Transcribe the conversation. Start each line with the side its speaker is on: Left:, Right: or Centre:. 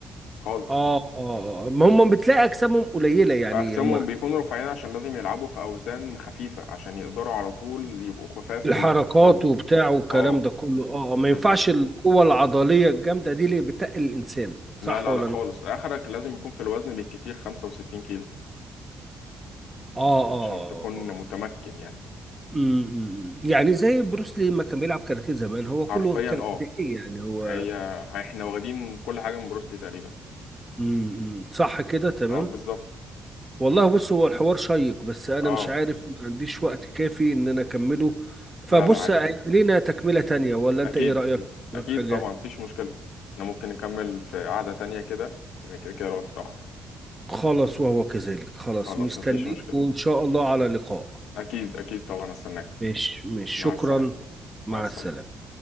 Left: خالص
Right: اه اه آه. ما هم بتلاقي اجسامهم قليله يعني
Left: اجسامهم
Right: هم
Left: بيكونوا رفيعين عشان لازم يلعبوا في اوزان خفيفه عشان يقدروا على طول يبقوا خفاف في
Right: الحركات
Left: الضرب
Right: وبتاع والكلام
Left: اه
Right: ده كله اه آه، ما ينفعش
Left: بالظبط
Right: القوة العضلية الجامدة دي اللي بتقل الإنسان صح
Left: لا لا
Right: ولا
Left: لا
Right: لا؟
Left: خالص اخرك لازم يكون في الوزن بالكتير 65 كيلو
Right: اه اه
Left: عشان تكون
Right: آه.
Left: متمكن يعني
Right: أمم. يعني زي بروس لي لما كان بيلعب كاراتيه زمان هو
Left: حرفيا
Right: كله كان
Left: اه
Right: قد ايه يعني هو
Left: هي هي- احنا واخدين كل حاجة من بروسلي تقريبا
Right: أمم. صح كده تمام
Left: اه بالظبط
Right: والله بص هو الحوار شيق بس انا
Left: اه
Right: مش عارف ما عنديش وقت كافي ان انا اكمله
Left: لا
Right: فبص
Left: لا عادي
Right: هيبقى لينا تكملة تانية ولا انت
Left: اكيد
Right: ايه رأيك
Left: اكيد اكيد
Right: حاجة
Left: طبعا مفيش مشكلة احنا ممكن نكمل في قعدة تانية كده لأن كده كده الوقت اتأخر
Right: خلاص وهو كذلك خلاص
Left: خلاص
Right: مستنيك
Left: مفيش مشكلة
Right: وان شاء الله على لقاء
Left: اكيد اكيد طبعا استناك
Right: مش مش شكرا
Left: مع السلامة
Right: مع
Left: مع السلامة
Right: السلامة